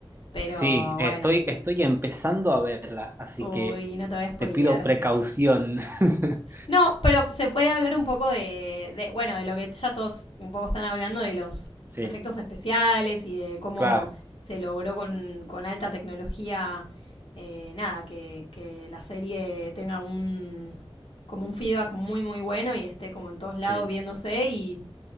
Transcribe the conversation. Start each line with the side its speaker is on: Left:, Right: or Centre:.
Left: pero
Right: Sí, estoy,
Left: bueno.
Right: estoy empezando a verla, así
Left: Uy,
Right: que
Left: no te voy a spoilear.
Right: te pido precaución. <laughs>
Left: No, pero se puede hablar un poco de, de, bueno, de lo que ya todos un poco están hablando, de los
Right: Sí,
Left: efectos especiales y de cómo
Right: claro,
Left: se logró con, con alta tecnología, eh, nada, que, que la serie tenga un, como un feedback muy, muy bueno y esté como en todos lados
Right: sí.
Left: viéndose y